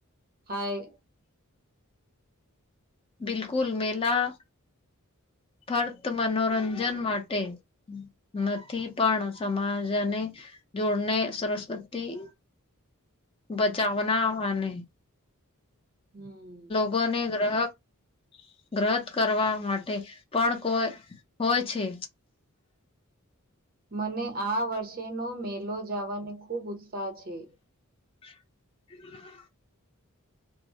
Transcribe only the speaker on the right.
થાય
<inaudible>
હમ્મ.
મને આ વર્ષેનો મેલો જવાની ખુબ ઉત્સાહ છે.